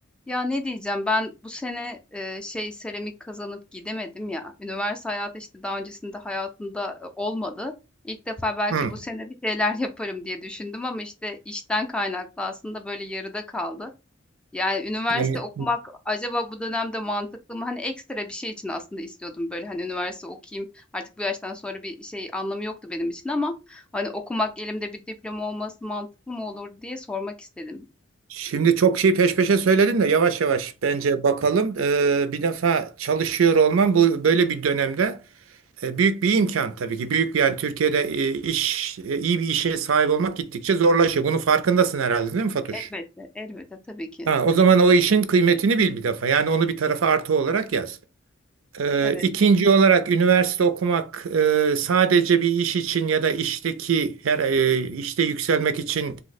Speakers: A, in the centre; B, on the right (about 70°).
A: Ya ne diyeceğim ben bu sene e, şey seramik kazanıp gidemedim ya. Üniversite hayatı işte daha öncesinde hayatımda e, olmadı. İlk defa belki
B: Hı.
A: bu sene bir şeyler <laughs> yaparım diye düşündüm ama işte işten kaynaklı aslında böyle yarıda kaldı. Yani üniversite
B: Yani
A: okumak acaba bu dönemde mantıklı mı? Hani ekstra bir şey için aslında istiyordum böyle hani üniversite okuyayım. Artık bu yaştan sonra bir şey anlamı yoktu benim için ama hani okumak elimde bir diploma olması mantıklı mı olur diye sormak istedim.
B: şimdi çok şey peş peşe söyledin de yavaş yavaş bence bakalım. Ee, bir defa çalışıyor olman bu böyle bir dönemde e, büyük bir imkan tabii ki. Büyük bir- yani Türkiye'de e, iş e, iyi bir işe sahip olmak gittikçe zorlaşıyor. Bunun farkındasın herhalde değil mi Fatuş?
A: Elbette, elbette tabii ki.
B: Ha, o zaman o işin kıymetini bil bir defa. Yani onu bir tarafa artı olarak yaz. Ee,
A: Evet.
B: İkinci olarak üniversite okumak e, sadece bir iş için ya da işteki her e, işte yükselmek için